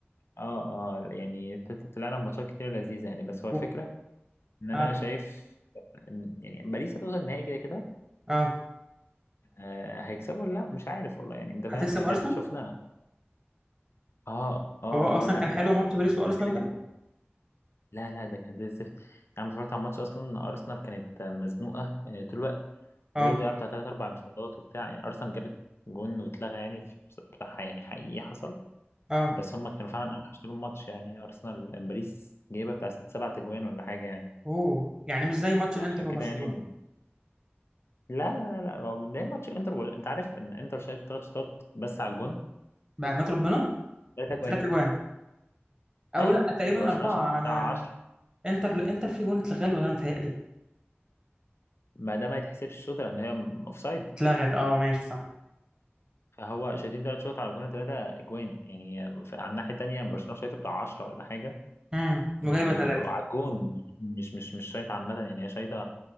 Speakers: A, on the left (about 70°); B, on the right (about 20°).
A: اه آه، يعني ت- ت- طلعنا بماتشات كتير لذيذه يعني بس هو
B: و-
A: الفكره ان انا
B: اه
A: شايف إن- يعني باريس هتوصل النهائي كده كده
B: اه
A: آه، هيكسبوا ولا لا مش عارف والله يعني انت فاهم
B: هتكسب
A: يعني
B: ارسنال
A: احنا شفنا اه اه
B: هو اصلا
A: اه لا
B: كان
A: ده
B: حلو ماتش
A: ال-
B: باريس وارسنال
A: كده
B: ده
A: كده لا لا ده كان زي الزفت يعني اتفرجت على الماتش اصلا ارسنال كانت مزنوقه آه، طول الوقت
B: اه
A: وباريس ضيعت بتاع ثلاث اربع انفرادات وبتاع يعني ارسنال جابت جون واتلغى يعني في- بصراحه يعني حقيقي حصل
B: اه
A: بس هم كانوا فعلا اوحش طول الماتش يعني ارسنال باريس جايبه بتاع ست سبع تجوان ولا حاجه يعني
B: اوه يعني مش زي ماتش
A: فعشان
B: الانتر وبرشلونه
A: كده يعني لا لا لا لا هو مبدئيا ماتش الانتر وال- انت عارف ان انتر شايف ثلاث شوطات بس على الجون
B: بأمانة ربنا
A: ثلاثة جوان
B: ثلاث اجوان او
A: ايوه
B: لا تقريبا
A: برشلونه
B: اربعه
A: شايف بتاع
B: انا
A: 10
B: انتر انتر فيه جون اتلغى ولا انا متهيألي
A: ما ده ما يتحسبش الشوط لان هي م- اوفسايد
B: اتلغت اه ماشي صح
A: فهو شايفين ثلاث شوط على الجون ثلاثه اجوان يعني ف- على الناحيه الثانيه برشلونه شايف بتاع 10 ولا حاجه
B: امم وجايبه
A: آه،
B: ثلاثه
A: على الجون مش مش مش شايطة عامة يعني هي شايطة